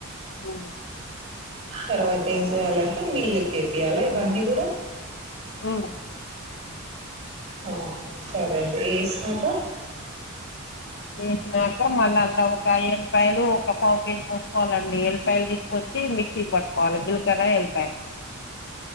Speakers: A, on the left (about 55°); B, on the right (about 30°).
A: మ్మ్
B: తర్వాత ఏం చెయాలంటే మిల్లు కేపియాలి ఇవన్నీ కూడా
A: ఉమ్
B: ఆ సరే అండి వేసినాక
A: వేసినాక మళ్ళ అలా ఒక ఎల్లిపాయలు ఒక పావు కేేజీ పోసుకోవాలండి ఎల్లిపాయలు తీసుకొచ్చి మిక్సీకి పట్టుకోవాలి జీలకర్ర ఎల్లిపాయలు.